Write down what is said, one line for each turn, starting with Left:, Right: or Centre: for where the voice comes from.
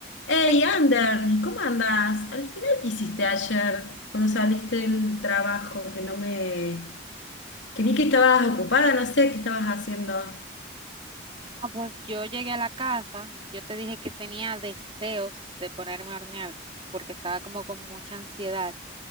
Left: Hey,
Right: Entonces,
Left: Anderly, ¿cómo andás? Al final, ¿qué hiciste ayer cuando saliste del trabajo? Que no me... Que vi que estabas ocupada, no sé qué estabas haciendo.
Right: Ah, pues yo llegué a la casa, yo te dije que tenía deseos de ponerme a hornear porque estaba como con mucha ansiedad